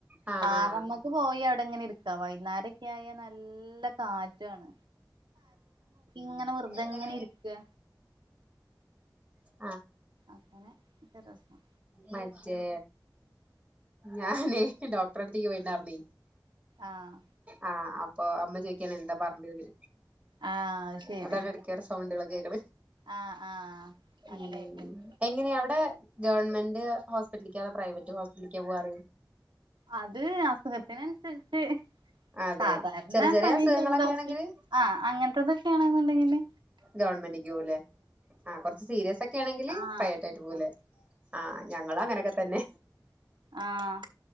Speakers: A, on the right (about 15°); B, on the right (about 80°).
A: ആഹ്
B: പാറമ്മക്ക്
A: ആഹ്
B: പോയി അവിടെ ങ്ങനെ ഇരിക്ക വൈകുന്നേരൊക്കെ ആയാ നല്ല കാറ്റാണ് ഇങ്ങനെ വെറുതെ
A: ന്ത
B: ഇങ്ങനെ ഇരിക്കാ
A: അ
B: അങ്ങനെ ഇത്ര രസം
A: മറ്റേ ഞാനേ ഡോക്ടറെ അടുത്തേക്ക് പോയിണ്ടായിർന്നേ
B: ആഹ്
A: ആഹ അപ്പൊ അമ്മ ചോദിക്കൻ എന്താ പറഞ്ഞുന്ന്
B: ആഹ് അത് ശരി
A: അതാണ് അടുക്കറ സൗണ്ട് ഇളക്ക കടെ
B: ആഹ് ആഹ് അങ്ങനെ
A: മ്
B: കഴിക്കണം
A: എങ്ങനെ അവടെപ് ഗവൺമെന്റ് ഹോസ്പിറ്റലിക്കാ അതോ പ്രൈവറ്റ് ഹോസ്പിറ്റലിക്കാ പൂവാറ്
B: അത് അസുഖത്തിനൻസര്ച്ച്
A: അതെ
B: സാധാരണ
A: ചെറിയ ചെറിയ
B: പനി,
A: അസുഖങ്ങളൊക്കെ
B: ജദോഷം
A: ആണെങ്കില്
B: ആഹ് അങ്ങനത്തതെക്കേണ് ന്ന്ണ്ടെങ്കില്
A: ഗവൺമെന്റിക്ക് പോകുലേ ആഹ് കൊറച്ച് സീരിയസൊക്കേണെങ്കില്
B: ആഹ്
A: പ്രൈവറ്റ് ആയിറ്റ് പോകുല്ലേ.
B: ആഹ്
A: ആഹ് ഞ ങ്ങളും അങ്ങനെക്കത്തന്നെ
B: ആഹ്